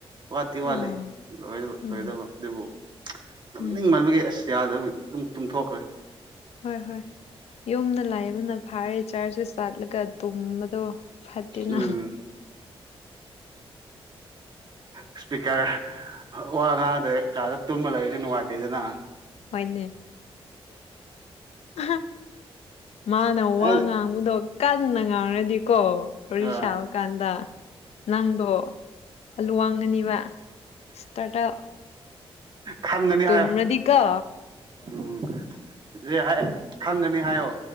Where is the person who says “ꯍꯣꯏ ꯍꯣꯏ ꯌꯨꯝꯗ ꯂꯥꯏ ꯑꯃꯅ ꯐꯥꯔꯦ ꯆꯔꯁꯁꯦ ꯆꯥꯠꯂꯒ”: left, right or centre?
Left